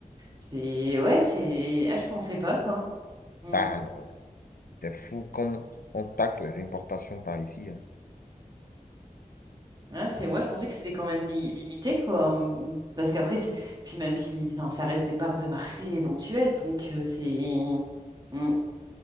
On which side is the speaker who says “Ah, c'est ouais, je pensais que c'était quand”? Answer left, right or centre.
Right